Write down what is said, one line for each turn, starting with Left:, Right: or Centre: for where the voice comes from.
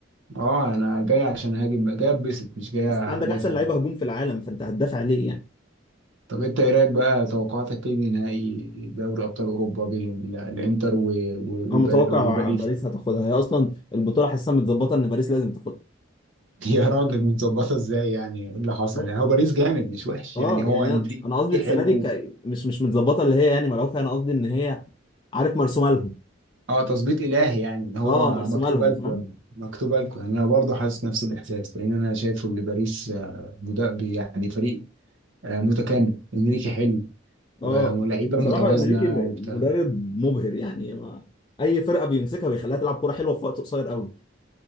Right: اه انا جاي عشان اهاجم جاي اتبسط مش جاي
Left: بس
Right: ادافع
Left: عندك احسن لعيبه هجوم في العالم فانت هتدافع ليه يعني
Right: طب انت ايه رايك بقى توقعاتك ايه لنهائي دوري ابطال اوروبا بين ال- الانتر و- و-
Left: انا
Right: وب-
Left: متوقع
Right: وباريس
Left: باريس هتاخدها هي اصلا البطوله حاسسها متظبطه ان باريس لازم تاخدها
Right: <laughs> يا راجل متظبطه ازاي يعني ايه اللي حصل
Left: اه
Right: يعني هو باريس جامد مش وحش
Left: آه،
Right: يعني هو
Left: يعني
Right: انريكي
Left: انا أنا قصدي السنه
Right: حلو
Left: دي ك... مش مش متظبطه اللي هي يعني ملعوبه فيها انا قصدي ان هي عارف مرسومه لهم
Right: اه تظبيط الهي يعني ان هو
Left: اه مرسومه
Right: مكتوبه
Left: لهم
Right: لكم
Left: فاهم
Right: يعني مكتوبه لكم يعني انا برضه حاسس نفس الاحساس لان انا شايفه ان باريس آه، مدا- يعني فريق آه، متكامل انريكي حلو
Left: اه
Right: و- ولاعيبه
Left: بصراحه
Right: متوازنه
Left: انريكي م-
Right: وبتاع
Left: مدرب مبهر يعني ما اي فرقه بيمسكها بيخليها تلعب كوره حلوه في وقت قصير قوي